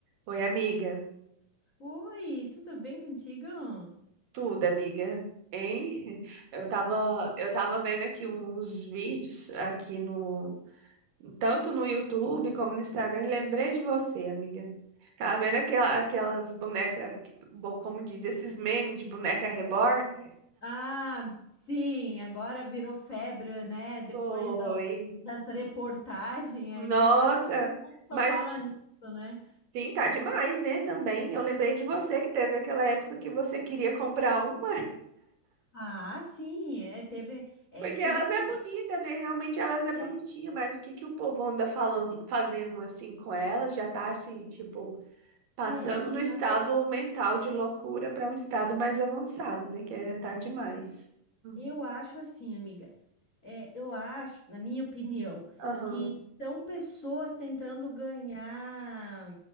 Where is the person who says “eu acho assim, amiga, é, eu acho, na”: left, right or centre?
Left